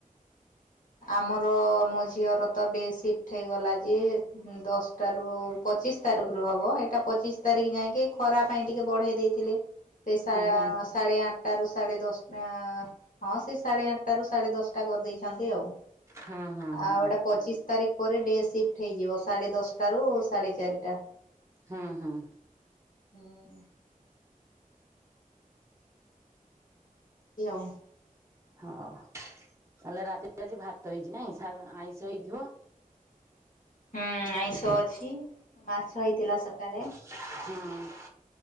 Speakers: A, on the left; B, on the right.
A: ଆମର ମୋ ଝିଅର ଡେ ସିଫ୍ଟ ହେଇଗଲା ଯେ ଦଶଟାରୁ ପଚିଶି ତାରିଖରୁ ହବ, ଏଇଟା ପଚିଶି ତାରିଖ ଯାଇଁକି ଖରା ପାଇଁ ଟିକେ ବଢେଇ ଦେଇ ଥିଲେ ସେ ସା
B: ହଁ
A: ସାଢେ ଆଠ ଆଠାଟାରୁ ସାଢେ ଦଶଟା ହଁ ସେ ସାଢେ ଆଠଟା ରୁ ସାଢେ ଦଶଟା କରିଦେଇଛନ୍ତି ଆଉ।
B: ହଁ ହଁ ହଁ
A: ଆଉ ଏଇଟା ପଚିଶ ତାରିଖ ପରେ ଡେ ସିଫ୍ଟ ହେଇଯିବ, ସାଢ଼େ ଦଶଟାରୁ ସାଢ଼େ ଚାରିଟା।
B: ହୁଁ ହୁଁ।
A: ଉଁ ହୁଁ। ନିଅ
B: ହଁ ତା ହେଲେ ରାତିରେ ଆଜି ଭାତ ହେଇଛି ନାଇଁ, ସା ଆଇଁଷ ହେଇଥିବ?
A: ହୁଁ ଆଇଁଷ ଅଛି, ମାଛ ହେଇଥିଲା ସକାଳେ।
B: ହଁ।